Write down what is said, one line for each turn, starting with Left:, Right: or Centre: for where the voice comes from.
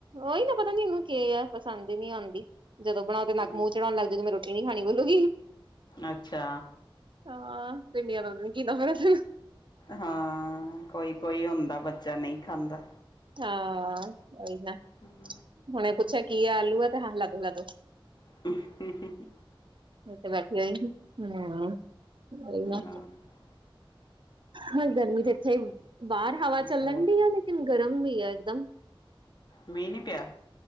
Right: ਓਈ ਨਾ ਪਤਾ ਨੀ ਏਨੂੰ ਕੇ ਆ ਪਸੰਦ ਈ ਨੀ ਆਦੀ ਜਦੋਂ ਬਣਾਓ ਤੇ ਨੱਕ-ਮੂੰਹ
Left: ਹੂੰ
Right: ਚੜਾਓਣ ਲੱਗ ਜੂਗੀ ਆਈ ਮੈ ਰੋਟੀ ਰੋਟੀ ਖਾਣੀ ਬੋਲੂਗੀ
Left: ਅੱਛਾ।
Right: ਹਾਂ ਪਿੰਡੀਆਂ ਤੋਂ ਪਤਾ ਨੀ ਕਿ ਨਫ਼ਰਤ ਏ
Left: ਹਾਂ ਕੋਈ-ਕੋਈ ਹੁੰਦਾ ਬੱਚਾ ਨਈ ਖਾਂਦਾ!
Right: ਹਾਂ ਓਈ ਨਾ।
Left: ਹਮ।
Right: ਹੁਣੇ ਪੁੱਛਿਆ ਕੀ ਐ ਆਲੂ ਐ ਤੇ ਹਾਂ ਲਾਦੋ-ਲਾਦੋ।
Left: ਹੂੰ ਹਹ-
Right: ਤੇ ਬਾਕੀ ਓਈ ਨਾ ਹਾਂ ਓਈ ਨਾ-
Left: ਹਾਂ
Right: ਹੁਣ ਗਰਮੀ ਤੇ ਇੱਥੇ ਬਾਰ ਹਵਾ
Left: ਬਹੁਤ
Right: ਚੱਲਣ ਡੀਆ ਨੇ ਕਨ ਗਰਮ ਵੀ ਐ ਇੱਕਦਮ
Left: ਮੀ ਨੀ ਪਯਾ?